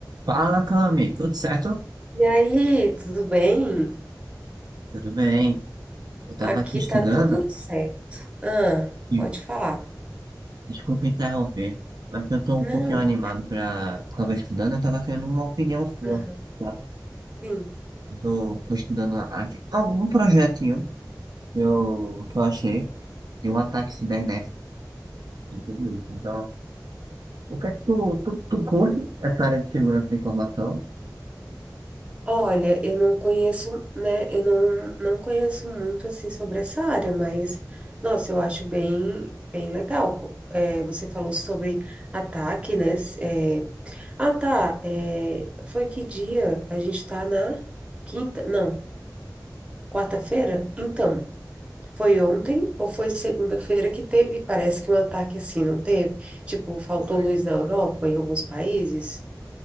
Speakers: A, on the right; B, on the right.
A: Fala, Cami, tudo certo?
B: E aí, tudo bem?
A: Tudo bem. Eu tava
B: Aqui
A: aqui estudando
B: tá tudo certo. Ah,
A: e
B: pode falar.
A: desculpa interromper, mas porque eu tô um
B: Não.
A: pouquinho animado pra. Tava estudando, eu tava querendo uma opinião sua,
B: Aham,
A: sabe?
B: Sim.
A: Eu tô, tô estudando aqui algum projetinho que eu, que eu achei de um ataque cibernético e tudo isso. Então, o que é que tu, tu, tu curte essa área de segurança da informação?
B: Olha, eu não conheço, né? Eu não, não conheço muito assim sobre essa área, mas nossa, eu acho bem, bem legal. É, você falou sobre ataque, né? S- é, ah, tá. é, foi que dia? A gente tá na quinta? Não, quarta-feira? Então. Foi ontem ou foi segunda-feira que teve, parece que um ataque assim, não teve? Tipo, faltou
A: Ué,
B: luz na Europa, em alguns países,